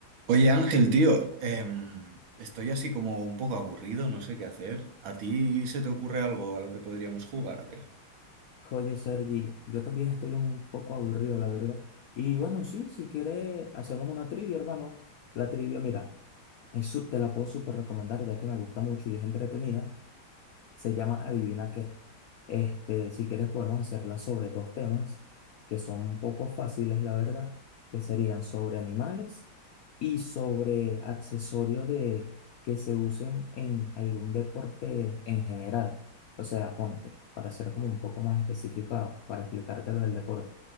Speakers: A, on the right; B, on the left.
A: Oye Ángel, tío, em, estoy así como un poco aburrido, no sé qué hacer. ¿A ti se te ocurre algo a lo que podríamos jugar o qué?
B: Oye, Sergi, yo también estoy un poco aburrido, la verdad. Y bueno, sí, si quieres, hacemos una trivia, hermano. La trivia, mira, es su- te la puedo súper recomendar ya que me gusta mucho y es entretenida. Se llama Adivina qué. Este, si quieres podemos hacerla sobre dos temas que son un poco fáciles, la verdad, que serían sobre animales y sobre accesorios de que se usen en algún deporte en general. O sea, ponte, para ser como un poco más especificado, para explicártelo del deporte.